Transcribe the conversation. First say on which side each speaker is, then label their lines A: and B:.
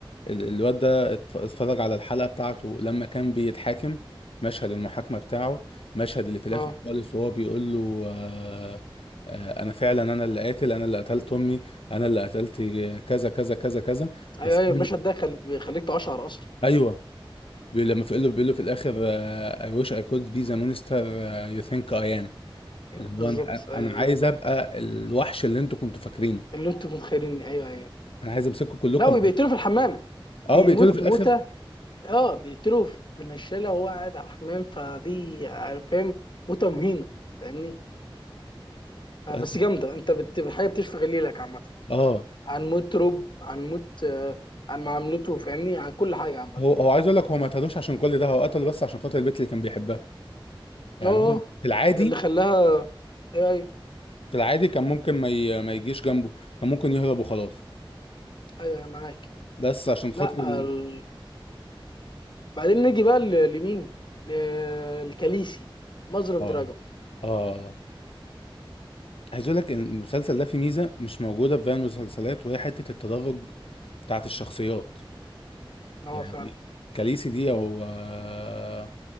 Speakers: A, on the left (about 85°); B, on the left (about 55°).
A: ال- الواد ده اتف- اتفرج على الحلقة بتاعته لما كان بيتحاكم مشهد المحاكمة بتاعه مشهد اللي في الآخر
B: اه
A: خالص وهو بيقول له آه آه أنا فعلا أنا اللي قاتل أنا اللي قتلت أمي أنا اللي قتلت كذا كذا كذا كذا
B: ايوه
A: بس
B: ايوه المشهد ده خل... بيخليك تقشعر اصلا
A: أيوه بي- لما في- بيقول له بيقول له في الآخر آه I wish I could be the monster آه, you think I am
B: أيوة،
A: اللي
B: بالظبط
A: هو أنا
B: ايوه
A: أنا عايز
B: ايوه
A: أبقى الوحش اللي أنتوا كنتوا فاكرينه
B: اللي انتم متخيلين ايوه ايوه
A: أنا عايز أمسككم كلكم
B: لا وبيقتلوا في الحمام
A: اه
B: بيموت
A: بيقتلوا في الآخر
B: موته اه بيقتلوا بالنشاله وهو قاعد على الحمام فدي يعني فاهم موته مهينه فاهمني فبس
A: بس
B: جامده انت بت... حاجه بتشفي غليلك عامه
A: اه
B: عن موت روب عن موت آه عن معاملته فاهمني عن كل حاجه عامه
A: هو هو عايز اقول لك هو ما اتهدوش عشان كل ده هو قتله بس عشان خاطر البنت اللي كان بيحبها يعني
B: اه
A: هو في العادي
B: اللي خلاها ايوه ايوه
A: في العادي كان ممكن ما ي... ما يجيش جنبه كان ممكن يهرب وخلاص
B: ايوه معاك
A: بس عشان خاطر
B: لا
A: ال-
B: ال... بعدين نيجي بقى ل- لمين ل- لكاليسي ماذر اوف
A: اه
B: دراجون
A: اه عايز اقول لك ان المسلسل ده فيه ميزه مش موجوده في باقي المسلسلات وهي حته التدرج بتاعت الشخصيات
B: اه
A: يعني
B: فعلا
A: كاليسي دي او آه،